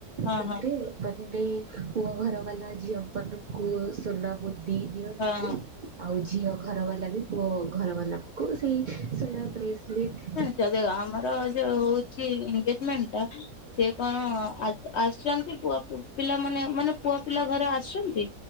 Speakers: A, on the left (about 65°); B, on the right (about 60°).
A: ହଁ
B: ସେଥିରେ
A: ହଁ
B: ଲୁଗା ପିନ୍ଧେଇ ପୁଅ ଘର ବାଲା, ଝିଅ ମାନଙ୍କୁ ସୁନା ମୁଦି ଦିଅ
A: ହଁ।
B: ଆଉ ଝିଅ ଘର ବାଲା ବି, ପୁଅ ଘର ବାଲାକୁ ସେଇ ସୁନା ବ୍ରେସଲେଟ
A: ଏବେ ଆମର ଯୋଉ ହଉଛି ଏଗେଜମେଣ୍ଟଟା ସେ କଣ ଆ ଆସିଛନ୍ତି ପୁଅ ପିଲାମାନେ, ମାନେ ପୁଅ ପିଲା ଘରେ ଆସିଛନ୍ତି